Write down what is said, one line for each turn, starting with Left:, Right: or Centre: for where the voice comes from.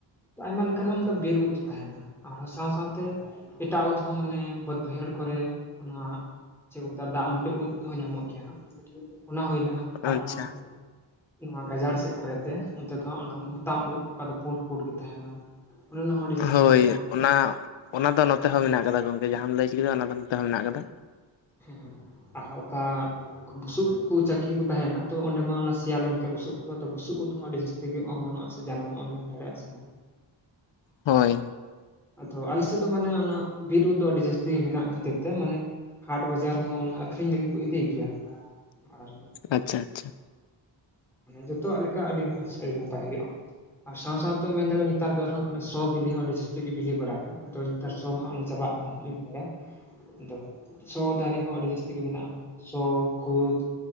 Centre: ᱟᱭᱢᱟ ᱞᱮᱠᱟᱱᱟᱜ ᱵᱤᱨ ᱩᱫᱽᱫ ᱛᱟᱦᱮᱱᱟ ᱟᱨᱦᱚᱸ ᱥᱟᱶ ᱥᱟᱶᱛᱮ ᱮᱴᱟᱜ ᱩᱫ ᱫᱚ ᱢᱟᱱᱮ ᱵᱟᱹᱫᱽ ᱵᱟᱹᱭᱦᱟᱹᱲ ᱠᱚᱨᱮ ᱚᱱᱟ ᱪᱮᱫ ᱠᱚ ᱢᱮᱛᱟᱜ ᱫᱟᱜ ᱢᱟᱹᱰᱤ ᱩᱫ ᱦᱚᱸ ᱧᱟᱢᱚᱜ ᱜᱮᱭᱟ ᱚᱱᱟ ᱦᱩᱭᱱᱟ ᱟᱨᱦᱚᱸ
Left: ᱟᱪᱪᱷᱟ
Centre: ᱱᱚᱣᱟ ᱜᱟᱡᱟᱲ ᱥᱮᱫ ᱠᱚᱨᱮᱛᱮ ᱚᱱᱛᱮ ᱫᱚ ᱦᱟᱸ ᱚᱱᱟ ᱢᱚᱛᱟᱢ ᱩᱫ ᱚᱠᱟ ᱫᱚ ᱯᱩᱸᱰ ᱯᱩᱸᱰ ᱜᱮ ᱛᱟᱦᱮᱱᱟ ᱚᱱᱮ ᱚᱱᱟ ᱦᱚᱸ ᱟᱹᱰᱤ ᱡᱟᱹᱥᱛᱤ
Left: ᱦᱳᱭ
Centre: ᱧᱟᱢᱚᱜᱼᱟ
Left: ᱚᱱᱟ ᱚᱱᱟ ᱫᱚ ᱱᱚᱛᱮ
Centre: ᱦᱩᱸ
Left: ᱦᱚᱸ ᱢᱮᱱᱟᱜ ᱟᱠᱟᱫᱟ ᱜᱚᱝᱠᱮ ᱡᱟᱦᱟᱸᱟᱢ ᱞᱟᱹᱭᱪ ᱠᱮᱫᱟ ᱚᱱᱟ ᱫᱚ ᱱᱚᱛᱮ ᱦᱚᱸ ᱢᱮᱱᱟᱜ ᱟᱠᱟᱫᱟ
Centre: ᱦᱮᱸ ᱟᱨ ᱚᱠᱟ ᱵᱩᱥᱩᱵ ᱩᱱᱠᱩ ᱪᱟᱹᱠᱤ ᱠᱚ ᱛᱟᱦᱮᱱᱟ ᱛᱚᱵᱮ ᱚᱸᱰᱮ ᱢᱟ ᱚᱱᱟ ᱥᱮᱭᱟ ᱞᱮᱱ ᱠᱷᱟᱱ ᱵᱩᱥᱩᱵ ᱠᱚ ᱛᱚ ᱵᱩᱥᱩᱵ ᱩᱫ ᱦᱚᱸ ᱟᱹᱰᱤ ᱡᱟᱹᱥᱛᱤ ᱜᱮ ᱚᱢᱚᱱᱚᱜᱼᱟ ᱥᱮ ᱡᱟᱱᱟᱢᱚᱜ ᱮᱢ ᱢᱮᱱ ᱫᱟᱲᱮᱭᱟᱜᱼᱟ ᱥᱮ ᱵᱟᱝ
Left: ᱦᱳᱭ
Centre: ᱟᱫᱚ ᱟᱞᱮ ᱥᱮᱫ ᱫᱚ ᱢᱟᱱᱮ ᱚᱱᱟ ᱵᱤᱨ ᱩᱫ ᱫᱚ ᱟᱹᱰᱤ ᱡᱟᱹᱥᱛᱤ ᱢᱮᱱᱟᱜ ᱠᱷᱟᱹᱛᱤᱨ ᱛᱮ ᱢᱟᱱᱮ ᱦᱟᱴ ᱵᱟᱡᱟᱨ ᱦᱚᱸ ᱟᱹᱠᱷᱨᱤᱧ ᱞᱟᱹᱜᱤᱫ ᱠᱚ ᱤᱫᱤᱭ ᱜᱮᱭᱟ ᱟᱨ
Left: ᱟᱪᱪᱷᱟ ᱟᱪᱪᱷᱟ
Centre: ᱡᱚᱛᱚᱣᱟᱜ ᱞᱮᱠᱟ ᱟᱹᱰᱤ ᱢᱚᱡᱽ ᱟᱹᱰᱤ ᱱᱟᱯᱟᱭ ᱦᱩᱭᱩᱜᱼᱟ᱾ ᱟᱨ ᱥᱟᱶ ᱥᱟᱶᱛᱮᱢ ᱢᱮᱱ ᱫᱟᱲᱮᱭᱟᱜᱼᱟ ᱱᱮᱛᱟᱨ ᱫᱚ ᱟᱨᱦᱚᱸ ᱥᱚ ᱵᱤᱞᱤ ᱦᱚᱸ ᱟᱹᱰᱤ ᱡᱟᱹᱥᱛᱤ ᱜᱮ ᱵᱤᱞᱤ ᱵᱟᱲᱟᱭᱮᱱᱟ ᱟᱫᱚ᱾ ᱟᱨ ᱥᱚ ᱢᱟᱦᱟᱸᱜ ᱪᱟᱵᱟᱜ ᱠᱟᱱ ᱮᱢ <unintelligible> ᱟᱫᱚ ᱥᱚ ᱫᱟᱨᱮ ᱦᱚᱸ ᱟᱹᱰᱤ ᱡᱟᱹᱥᱛᱤ ᱜᱮ ᱢᱮᱱᱟᱜᱼᱟ ᱥᱚ ᱠᱷᱫᱽ